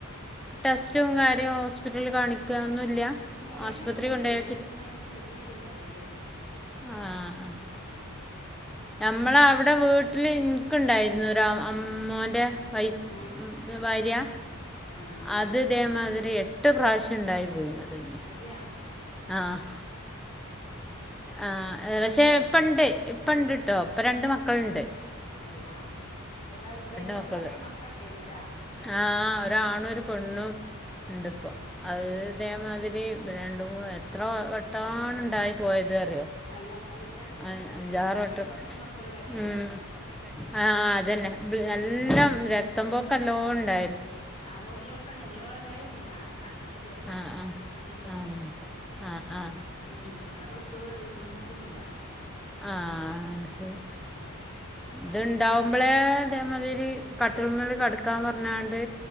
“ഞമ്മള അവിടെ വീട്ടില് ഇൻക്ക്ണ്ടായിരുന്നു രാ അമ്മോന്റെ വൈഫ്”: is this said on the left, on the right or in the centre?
Centre